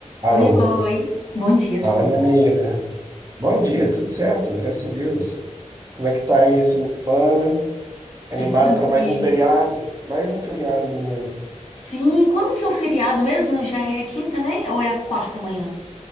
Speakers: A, on the left; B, on the right.
A: Oi,
B: Alô,
A: oi. Bom dia,
B: fala
A: tudo
B: minha
A: bom?
B: amiga. Bom dia, tudo certo, graças a Deus. Como é que tá aí a semana? Animada
A: Tá tranquilo.
B: para mais um feriado? Mais um feriado, menina.
A: Sim, quando que é o feriado mesmo? Já é quinta, né? Ou é a quarta manhã?